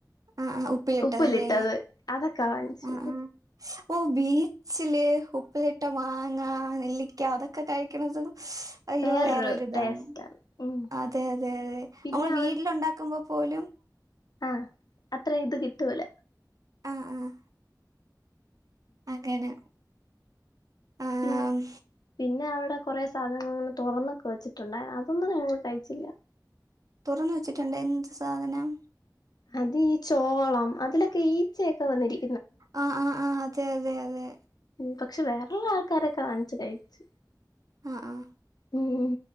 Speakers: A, on the right; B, on the left.
A: ആഹ് ആഹ് ഉപ്പിലിട്ടതല്ലേ
B: ഉപ്പിലിട്ടത് അതൊക്കെ വാങ്ങിച്ചു
A: ആഹ് ആഹ് ഓ ബീച്ച്ല് ഉപ്പിലിട്ട മാങ്ങാ നെല്ലിയ്ക്കാ അതൊക്കെ കഴിക്ക്ണത് അയ്യോ
B: വേറൊരു
A: വേറൊര്താണ്
B: ടേസ്റ്റാണ് ഉം
A: അതെ അതെ അതെ
B: പിന്നെ
A: അമ്മള് വീട്ട്ല് ഉണ്ടാക്കുമ്പൊ പോലും
B: ആ അത്രയും ഇത് കിട്ടൂല
A: ആഹ് ആഹ് അങ്ങനെ ആഹ്
B: പിൻ പിന്നെ അവ്ടെ കൊറേ സാധനങ്ങള് ഇങ്ങനെ തുറന്നൊക്കെ വെച്ചിട്ടുണ്ടേ അതൊന്നും ഞങ്ങള് കഴിച്ചില്ല
A: തുറന്ന് വെച്ചിട്ടുണ്ട് എന്ത് സാധനം
B: അത് ഈ ചോളം അതിലൊക്കെ ഈച്ചയൊക്കെ വന്നിരി
A: ആഹ് ആഹ് ആഹ് അതെ അതെ അതെ
B: ഉം പക്ഷെ വേറള്ള ആൾക്കാരൊക്കെ വാങ്ങിച്ച് കഴിച്ച്
A: ആഹ് ആഹ്
B: ഉം ഉം